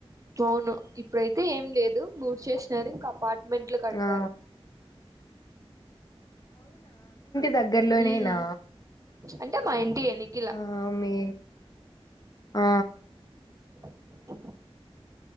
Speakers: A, on the right; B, on the left.
A: అవును ఇప్పుడయితే ఏం లేదు బూడ్ చేస్త సరే ఇంకా అపార్ట్మెంట్లు కడతారు
B: ఆ దగ్గర్లోనేనా
A: ఉమ్ అంటే మా ఇంటి ఎనికిల
B: ఆ మే ఆ
A: ఉమ్